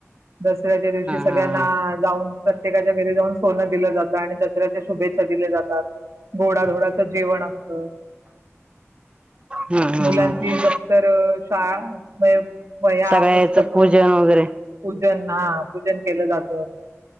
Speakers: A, on the right (about 70°); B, on the right (about 20°).
A: दसऱ्याच्या दिवशी सगळ्यांना
B: हा हा
A: जाऊन प्रत्येकाच्या घरी जाऊन. सोनं दिलं जातं, आणि दसऱ्या च्या शुभेच्छा दिल्या जात. गोडा धोडा. जेवण असतं,
B: हा हा
A: मुलांची
B: हा
A: दफ्तर शाळा व्हया
B: सगळ्याच
A: पुस्तकं.
B: पूजन वगैरे
A: पूजन हा पूजन. केलं जात